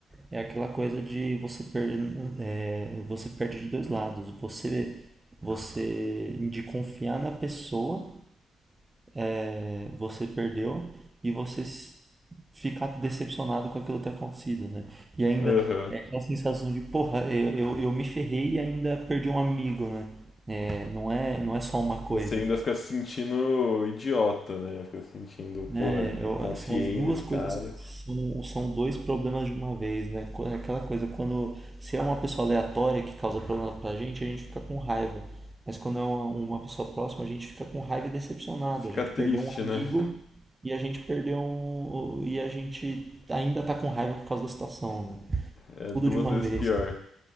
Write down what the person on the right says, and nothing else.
é aquela coisa de você perde, é, você perde de dois lados. Você, você de confiar na pessoa é, você perdeu e você s- ficar decepcionado com aquilo ter acontecido, né? E ainda
é aquela sensação de, porra, eu, eu, eu me ferrei e ainda perdi um amigo, né? É, não é, não é só uma coisa.
É,
eu-
são as duas
coisas
que são, são dois problemas de uma vez, né? Co- Aquela coisa, quando se é uma pessoa aleatória que causa problema pra gente, a gente fica com raiva. Mas quando é uma, uma pessoa próxima, a gente fica com raiva e decepcionado.
A gente
perdeu um amigo
e a gente perdeu um, e a gente ainda tá com raiva por causa da situação, né?
Tudo de uma
vez.